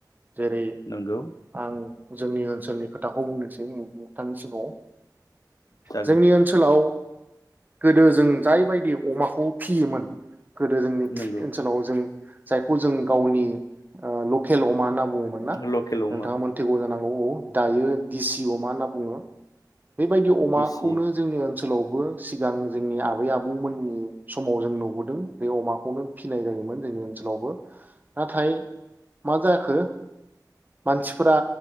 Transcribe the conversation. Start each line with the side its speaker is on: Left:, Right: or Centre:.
Right: जेरै
Left: नंगौ
Right: आं जोंनि ओनसोलनि खोथाखौ बुंनोसै नोंथांनि सिगाङाव
Left: जागोन
Right: जोंनि ओनसोलाव गो दो जों जायबायदि अमाखौ फिसियोमोन गोदो जोंनि
Left: नंगौ
Right: ओनसोलाव जों जायखौ जों गावनि अ लकेल अमा ना बुंङोमोनना
Left: लकेल अमा
Right: नोंथाङा मोनथिगौ जानां औ औ दायो दिसि अमा होनना बुङो। बेबायदि अमाखौनो
Left: देसि
Right: जोंनि ओनसोलावबो सिगां जोंनि आबै आबौमोननि समाव जों नुबोदों बे अमाखौनो फिनाय जायोमोन जोंनि ओनसोलावबो नाथाय मा जाखो मानसिफोरा